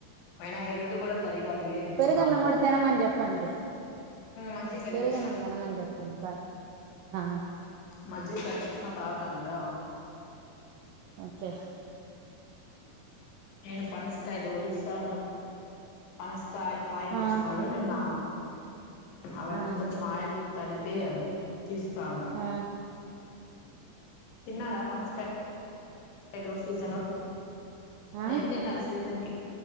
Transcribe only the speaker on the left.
అయినా హెల్త్ కూడా సరిగా లేదు ఇప్పుడు
నాకు కూడా
మజ్జిగ కలిపిస్తా
మజ్జిగ కలిపిచ్చిన తాగుతాండార
నేను పనస్కయలు వాలస్తా ఉన్న పనస కాయ కాయ
తెచ్చినాడు నిన్న అవున్నీ
కొంచం ఆయిల్ తడిపే చిిస్తస్తాడా
తిన్నారా పనస కాయ హలో సీజనా
ఏం తినాలి సీజన్